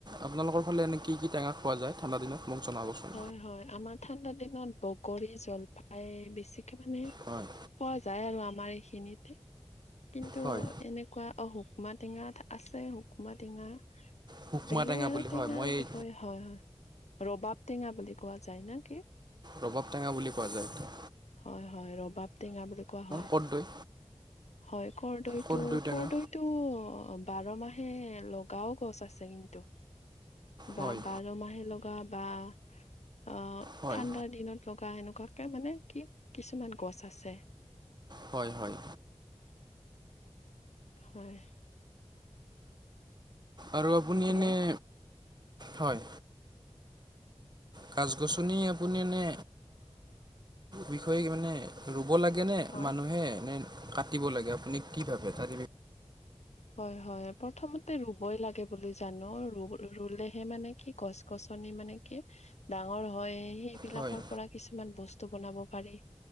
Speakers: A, on the right; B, on the left.
A: আপোনালোকৰ ফালে এনে কি কি টেঙা খোৱা যায় ঠাণ্ডা দিনত মোক জনাবচোন
B: হয় হয় আমাৰ ঠাণ্ডা দিনত বগৰী জলফাই বেছি মানে
A: হয়
B: পোৱা যায় আৰু আমাৰ এইখিনিতে কিন্তু
A: হয়
B: এনেকুৱা অ হুকুমা টেঙাত আছে হুকুমা টেঙা
A: শুকমা
B: বেলেগ
A: টেঙা
B: আৰু
A: বুলি
B: টেঙাৰ
A: হয় মই এই
B: বিষয়ে হয় হয় ৰবাব টেঙা বুলি কোৱা যায় নে কি
A: ৰবাব টেঙা বুলি কোৱা যায় এইটো
B: হয় হয় ৰবাব টেঙা বুলি কোৱা হয়
A: কৰ্দৈ
B: হয় কৰৰ্দৈটো
A: কৰ্দৈ টেঙা
B: কৰৰ্দৈটো বাৰ মাহ সে লগাও গছ আছে কিন্তু
A: হয়
B: বা বাৰমাহে লগা বা আহ
A: হয়
B: ঠাণ্ডাৰ দিনত লগা এনেকুৱাকে মানে কি কিছুমান গছ আছে
A: হয় হয়
B: হয়
A: আৰু আপুনি
B: হেল্ল'
A: এনেই হয় গাছ গছনি আপুনি এনে বিষয়ে মানে ৰুব লাগে নে
B: হয়
A: মানুহে নে কাটিব লাগে আপুনি কি ভাবে তাৰে
B: হয় হয় প্ৰথমতে ৰুবই লাগে বুলি জান ৰুলেহে মানে কি গছ গছ নি মানে কি ডাঙৰ হয় সেইবিলাকৰ
A: হয়
B: পৰা কিছুমান বস্তু বনাব পাৰি